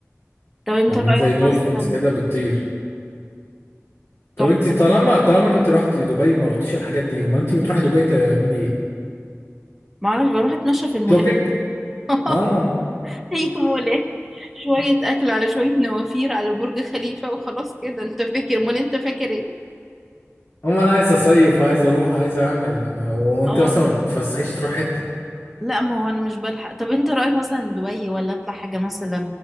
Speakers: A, in the centre; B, on the left (about 60°).
A: طب انت
B: عاملين
A: رأيك
B: زي دولفينز
A: مثلا
B: كده بتطير طب
A: تحفة
B: انت طالما طالما انت رحت دبي وما رحتيش الحاجات دي امال انت بتروحي دبي تعملي ايه
A: معرفش بروح اتمشى في المولات
B: شوبينج
A: <laughs>
B: اه
A: هي مولات شوية اكل على شوية نوافير على برج خليفة وخلاص كده انت فاكر امال انت فاكر ايه
B: امال عايز اصيف عايز اروح عايز اعمل وانت
A: اه
B: اصلا ما بتفسحيش تروح حته
A: لا ما هو انا مش بلحق طب انت رأيك مثلا دبي ولا اطلع حاجة مثلا